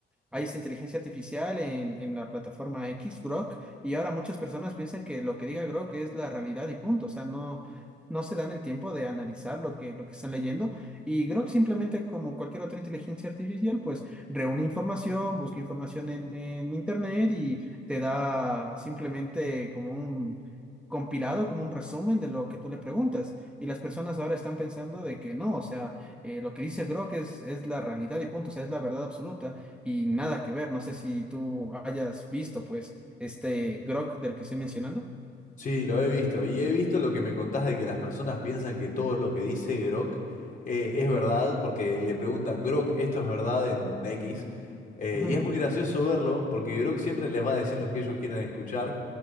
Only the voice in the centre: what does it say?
hay esta inteligencia artificial en, en la plataforma X, Grok, y ahora muchas personas piensan que lo que diga Grok es la realidad y punto. O sea, no, no se dan el tiempo de analizar lo que, lo que están leyendo y Grok simplemente, como cualquier otra inteligencia artificial, pues reúne información, busca información en, en internet y te da simplemente como un compilado, como un resumen de lo que tú le preguntas. Y las personas ahora están pensando de que no, o sea, eh, lo que dice Grok es, es la realidad y punto, o sea, es la verdad absoluta y nada que ver. No sé si tú hayas visto, pues, este Grok del que estoy mencionando.
Ujú.